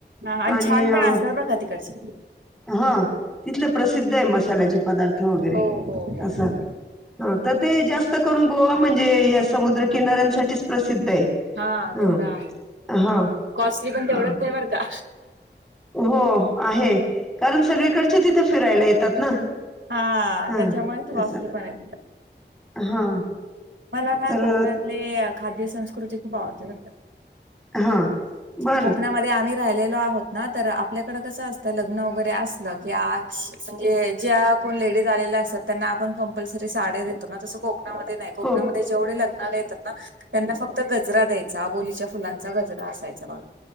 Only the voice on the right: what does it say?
हां
छान
पण असतात बरं का तिकडचे.
हो, हो, हो.
हां, तेवढं
आहे.
कॉस्टली पण तेवढंच
नाही बर का.
हा
त्याच्यामुळेच वासले
पण आहे तिथं
मला ना
कोकणातली
खाद्यसंस्कृती खूप आवडते बर का.
कोकणामध्ये आम्ही राहिलेलो आहोत ना तर आपल्याकडे कस असत लग्न वगैरे असल कि जे आ कोण लेडीज आलेल्या असतात त्यांना आपण कंपल्सरी साड्या देतो ना तसं कोकणामध्ये नाही कोकणामध्ये
जेवढे लग <unintelligible> त्यांना फक्त गजरा द्यायचा, आबोलीच्या फुलांचा गजरा असायचा बघा.